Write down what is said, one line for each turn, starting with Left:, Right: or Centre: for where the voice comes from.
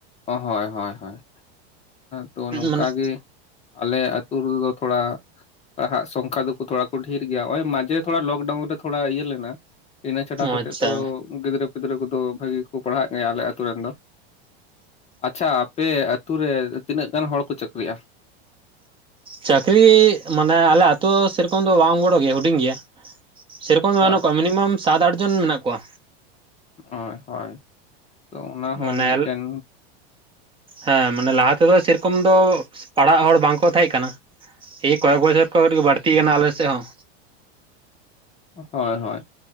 Left: ᱚ ᱦᱳᱭ ᱦᱳᱭ ᱦᱳᱭ ᱛᱚ ᱱᱚᱝᱠᱟ
Right: ᱢᱟᱱᱮ
Left: ᱜᱮ ᱟᱞᱮ ᱟᱹᱛᱩ ᱨᱮᱫᱚ ᱛᱷᱚᱲᱟ ᱟᱨ ᱦᱟᱸᱜ ᱥᱚᱝᱠᱷᱟ ᱫᱚ ᱛᱷᱚᱲᱟ ᱠᱚ ᱰᱷᱮᱨ ᱜᱮᱭᱟ ᱱᱚᱜᱚᱭ ᱢᱟᱡᱷᱮ ᱛᱷᱚᱲᱟ ᱞᱚᱠᱰᱟᱣᱩᱱ ᱨᱮ ᱛᱷᱚᱲᱟ ᱤᱭᱟᱹ ᱞᱮᱱᱟ ᱤᱱᱟᱹ ᱪᱷᱟᱰᱟ ᱠᱟᱛᱮᱫ
Right: ᱟᱪᱪᱷᱟ
Left: ᱛᱚ ᱜᱤᱫᱽᱨᱟᱹ ᱜᱤᱫᱽᱨᱟᱹ ᱠᱚᱫᱚ ᱵᱷᱟᱜᱤ ᱜᱮ ᱠᱚ ᱯᱟᱲᱦᱟᱜ ᱜᱮᱭᱟ ᱟᱞᱮ ᱟᱛᱩ ᱨᱮᱱ ᱫᱚ ᱟᱪᱷᱟ ᱟᱯᱮ ᱟᱛᱩ ᱨᱮ ᱛᱤᱱᱟᱹᱜ ᱜᱟᱱ ᱦᱚᱲ ᱠᱚ ᱪᱟᱹᱠᱨᱤᱜᱼᱟ
Right: ᱪᱟᱹᱠᱨᱤ ᱢᱟᱱᱮ ᱟᱞᱮ ᱟᱛᱳ ᱥᱮᱨᱚᱠᱚᱢ ᱫᱚ ᱵᱟᱝ ᱵᱚᱲᱚᱜ ᱜᱮᱭᱟ ᱦᱩᱰᱤᱧ ᱜᱮᱭᱟ ᱥᱮ ᱨᱚᱠᱚᱢᱟᱱᱩᱜ
Left: ᱦᱳᱭ
Right: ᱠᱚᱣᱟ ᱢᱤᱱᱤᱢᱟᱢ ᱥᱟᱛ ᱟᱴ ᱡᱚᱱ ᱢᱮᱱᱟᱜ ᱠᱚᱣᱟ
Left: ᱦᱳᱭ ᱦᱳᱭ ᱛᱚ ᱚᱱᱟ ᱦᱚᱸ
Right: ᱢᱟᱱᱮ
Left: ᱢᱤᱫᱴᱮᱱ
Right: ᱦᱮᱸ ᱢᱟᱱᱮ ᱞᱟᱦᱟ ᱛᱮᱫᱚ ᱥᱮᱨᱚᱠᱚᱢ ᱫᱚ ᱯᱟᱲᱦᱟᱜ ᱦᱚᱲ ᱵᱟᱝᱠᱚ ᱛᱟᱦᱮᱸ ᱠᱟᱱᱟ ᱮᱭ ᱠᱚᱭᱮᱠ ᱵᱚᱪᱷᱚᱨ ᱠᱷᱚᱱᱨᱮ ᱜᱮ ᱵᱟᱹᱲᱛᱤ ᱟᱠᱟᱱᱟ ᱟᱞᱮ ᱥᱮᱫ ᱦᱚᱸ
Left: ᱦᱳᱭ ᱦᱳᱭ